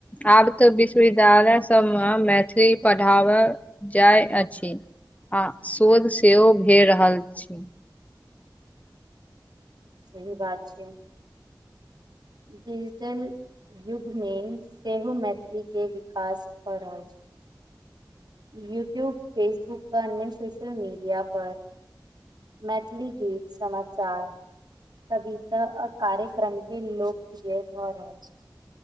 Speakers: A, on the left (about 20°); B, on the right (about 65°).
A: आब तऽ विश्वविद्यालय सबमे मैथिली पढ़ाब जाय अछि आ शोध सेहो भे रहल छै
B: सही बात छै डिजिटल युग में से हो मैथिली के विकास भऽ रहल छै यूट्यूब फेसबुक अन् <unintelligible> य सोशल मीडिया पर मैथिली गीत समाचार कविता आ कार्यक्रम के लोकप्रिय भऽ रहल छै